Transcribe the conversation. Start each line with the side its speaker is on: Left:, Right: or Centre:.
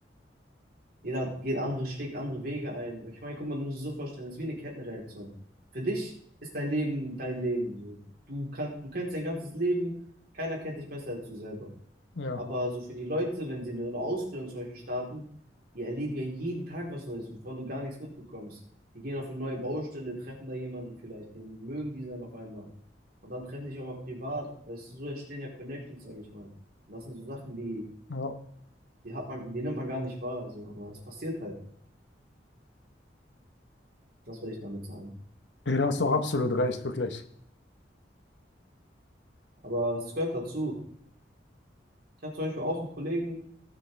Right: Jeder geht andere, schlägt andere Wege ein. Ich meine, guck mal, du musst es so vorstellen, es ist wie eine Kettenreaktion. Für dich ist dein Leben dein Leben. Du, du kannst, du kennst dein ganzes Leben, keiner kennt dich besser als du selber.
Left: Ja,
Right: Aber so für die Leute, wenn sie eine Ausbildung zum Beispiel starten, die erleben ja jeden Tag was Neues, wovon du gar nichts mitbekommst. Die gehen auf eine neue Baustelle, treffen da jemanden vielleicht, den mögen die dann auf einmal. Und dann treffen sie sich auch mal privat. Weißt du, so entstehen ja Connections, sage ich mal. Und das sind so Sachen, die,
Left: ja.
Right: die hat man, die nimmt man gar nicht wahr, so, aber es passiert halt. Das würde ich damit sagen.
Left: Ey, Da hast du auch absolut recht, wirklich.
Right: Aber es gehört dazu. Ich habe zum Beispiel auch einen Kollegen,